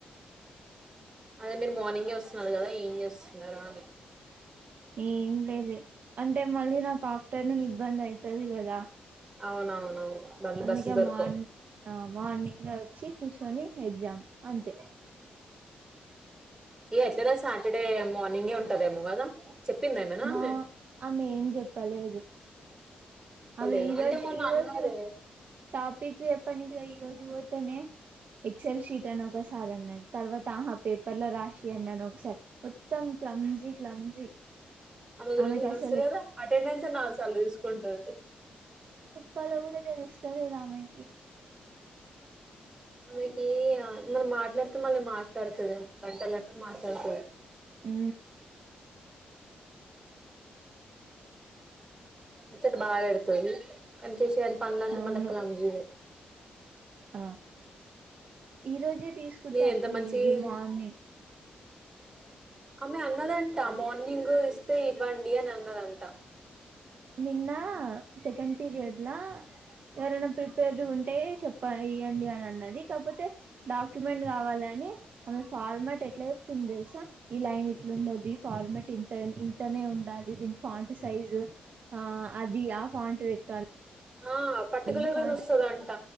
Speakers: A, on the right; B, on the right.
A: అదే మీరు మార్నింగ్ వస్తున్నారు కదా ఈంగ్ వస్తున్నారా అని
B: ఏం లేదు అంటే మళ్ళీ నాకు ఆఫ్టర్నూన్ ఇబ్బంది అవుతుది కదా
A: అవునవున అవును మళ్ళీ
B: అందుకే
A: బస్ దొర్కో
B: మార్ ఆ మార్నింగ్ వచ్చి కూర్చొని ఎగ్జామ్ అంతే
A: ఇ ఎట్లదా సాటర్డే మార్నింగే ఉంటదేమో కదా చెప్పిందా ఏమైనా
B: మా
A: ఆమె
B: ఆమె ఏం చెప్పలేదు
A: చెప్పలేదా
B: అమె ఈ రోజ
A: అంటే మొన్న
B: ఈ
A: అన్నారే
B: రోజ టాపిక్ ఏప్ప ఈరోోజు తనే ఎక్సల్ షీట్ అని ఒకసారి అన్న తర్వాత ఆహా పేపర్ లో రాసియంండి అని ఒకసారి మొత్తం క జ కలాంజి
A: గురించి
B: ఆమె కసల
A: తెలుసు కదా అటెండెన్స్ నాలుగు సార్లు తీసుకుంటది
B: వాళ్ళ కూడా తెలుస్తారు ఇామాయకి
A: మనకి మనం మాట్లాడుతే మళ్ళీ మాట్లాడుతుంది గంటలు గంటలు మాట్లాడుతుంది
B: అ
A: చ్చట బాగా పెడుతుంది కానీ చేసేని పనులన్నీ
B: అవును
A: మళ్లెక్కలాం జీవ
B: ఆ ఈ రోజే తీసుకుంటే
A: నేను
B: అ
A: ఎంత
B: పోయేది
A: మంచిగా
B: మార్నింగ్
A: ఆమె అన్నదంట మార్నింగ్ ఇస్తే ఇవ్వండి అని అన్నదంట
B: నిన్న సెకండ్ పీరియడ్లా ఎవరైనా ప్రిపేర్డ్ ఉంటే చెప్ప ఇవ్యండి అని అన్నది కాకపోతే డాక్యుమెంట్ కావాలని ఆమె ఫార్మట్ ఎట్లాతుంది తెలుసా ఈ లైన్ ఎట్లా ఉండద్దు ఈ ఫార్మట్ ఇంత ఇంతనే ఉండాలి దీని పాంంట సైజు ఆ అది ఆ ఫంట్ పెట్టాలి
A: ఆ పర్టికులర్
B: ఈ
A: గా
B: ఫాంట్
A: చూస్తదంట